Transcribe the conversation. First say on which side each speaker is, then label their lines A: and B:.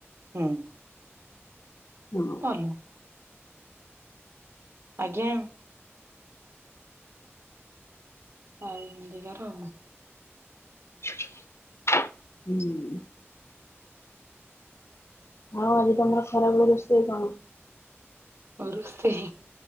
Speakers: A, on the right (about 60°); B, on the left (about 70°).
A: ହୁଁ
B: ହଁ
A: ଭଲ ଆଜ୍ଞା ଆାଇନ୍ତିଗର
B: ହୁଁ ହଁ ଆଜି ତମର ଖରାବେଳେ ରୋଷେଇ କଣ
A: ଓେ ହ